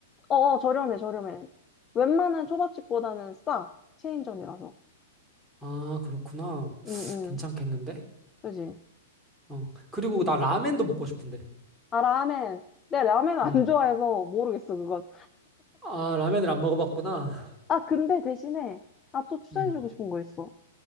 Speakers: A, on the left (about 25°); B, in the centre.
A: 어, 어, 저렴해, 저렴해. 웬만한 초밥집보다는 싸. 체인점이라서.
B: 아, 그렇구나.
A: 응,
B: 괜찮겠는데?
A: 응. 그지?
B: 어. 그리고 나 라멘도 먹고 싶은데.
A: 아, 라멘. 내 라멘 안
B: 음.
A: 좋아해서 모르겠어, 그건.
B: 아, 라멘을 안 먹어봤구나.
A: 아, 근데 대신에, 아, 또 추천해주고
B: 음.
A: 싶은 거 있어.